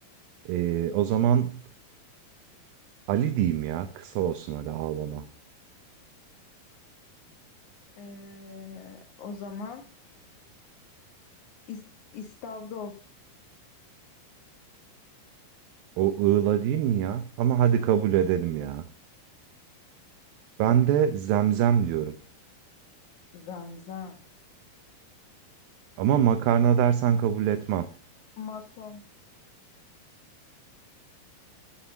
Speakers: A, on the right (about 80°); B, on the left (about 60°).
A: Ee, o zaman Ali diyeyim ya. Kısa olsun hadi ağlama.
B: Ee, o zaman is- istavroz,
A: O ığla değil mi ya? Ama hadi kabul edelim ya. Ben de zemzem diyorum.
B: zemzem,
A: Ama makarna dersen kabul etmem.
B: mason,